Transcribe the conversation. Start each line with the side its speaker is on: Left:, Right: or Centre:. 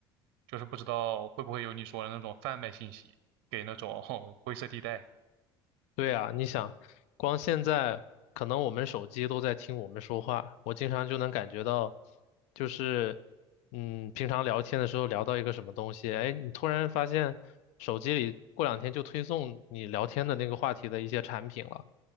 Right: 就是不知道会不会有你说的那种贩卖信息给那种 <laughs> 灰色地带。
Left: 对啊，你想，光现在可能我们手机都在听我们说话，我经常就能感觉到，就是，嗯，平常聊天的时候聊到一个什么东西，哎，你突然发现手机里过两天就推送你聊天的那个话题的一些产品了。